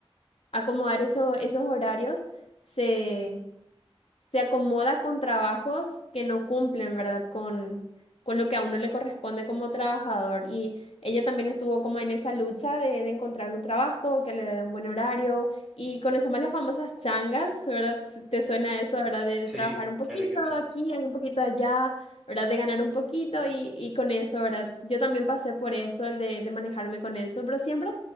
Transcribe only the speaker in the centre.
Sí,
claro que sí.